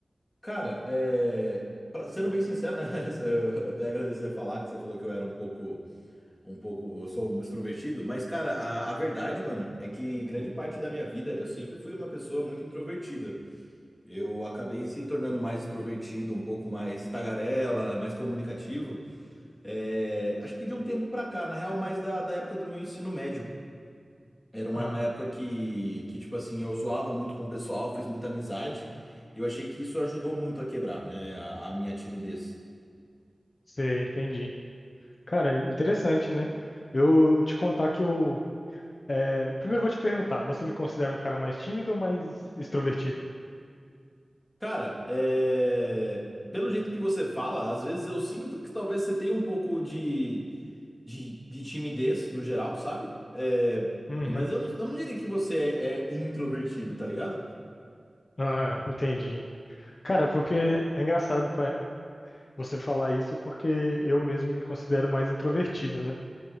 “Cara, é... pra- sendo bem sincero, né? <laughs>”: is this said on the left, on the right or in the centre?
Left